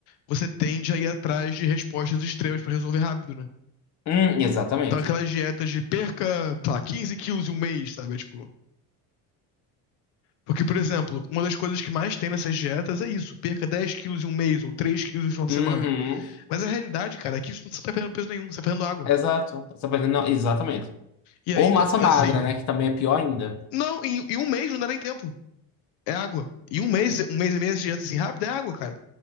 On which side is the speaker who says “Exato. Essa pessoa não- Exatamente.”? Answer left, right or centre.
Left